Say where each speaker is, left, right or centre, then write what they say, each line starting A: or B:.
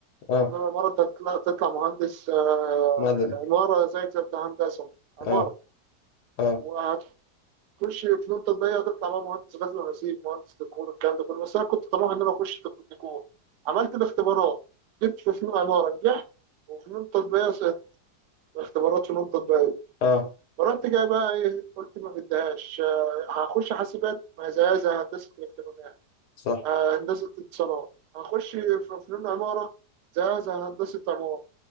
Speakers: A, on the left (about 75°); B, on the right (about 85°).
A: اه
B: مرة مرة أنت تطلع تطلع مهندس آه،
A: مدني
B: عمارة ذاكر أنت هندسة عمارة
A: اه اه
B: وهتخش فنون تطبيقية هتطلع بقى مهندس غزل ونسيج مهندس ديكور الكلام ده كله بس أنا كنت طموح إن أنا أخش طب ديكور عملت الاختبارات جبت في فنون عمارة نجحت وفنون تطبيقية سقطت. اختبارات فنون تطبيقية
A: اه
B: فرحت جاي بقى إيه قلت ما بديهاش آه، هخش حاسبات ما زيها زي هندسة إلكترونيات
A: صح
B: آه، هندسة اتصالات هخش في فنون عمارة زيها زي هندسة عمارة